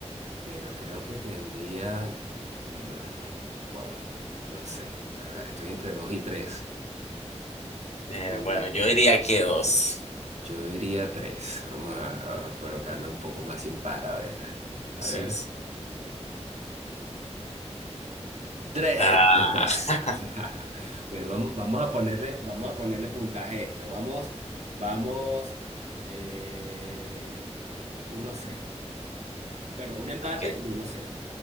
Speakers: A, on the right (about 75°); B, on the left (about 70°).
A: Pero creo que tendría. No, wow, no sé. La verdad, estoy entre dos y tres.
B: Eh,
A: Eh,
B: bueno, yo diría que dos.
A: yo diría tres. Vamos a, a colocarle un poco más impar, a ver. A
B: Sí,
A: ver.
B: sí.
A: Tres.
B: Ah,
A: Ahí está.
B: <laughs>
A: <laughs> Bueno, vamos, vamos a ponerle, vamos a ponerle puntaje a esto. Vamos, vamos. Eh, 1-0. Bueno, un empate
B: ok,
A: y uno cero.